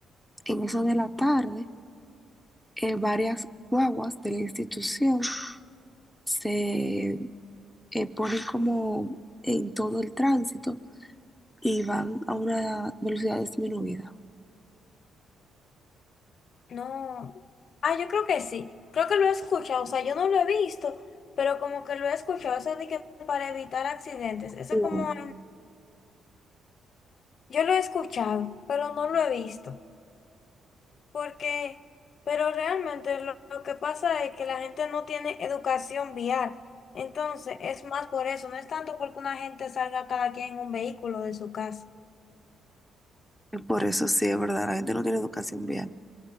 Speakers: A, in the centre; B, on the left (about 55°).
A: en eso de la tarde, eh, varias guaguas de la institución se eh, ponen como en todo el tránsito y van a una velocidad disminuida.
B: No. Ah, yo creo que sí. Creo que lo he escuchado. O sea, yo no lo he visto, pero como que lo he escuchado. Eso de que para evitar accidentes. Eso
A: Wow.
B: como en- Yo lo he escuchado, pero no lo he visto. Porque, pero realmente lo, lo que pasa es que la gente no tiene educación vial. Entonces, es más por eso. No es tanto porque una gente salga cada quien en un vehículo de su casa.
A: Es Por eso sí, es verdad, la gente no tiene educación vial.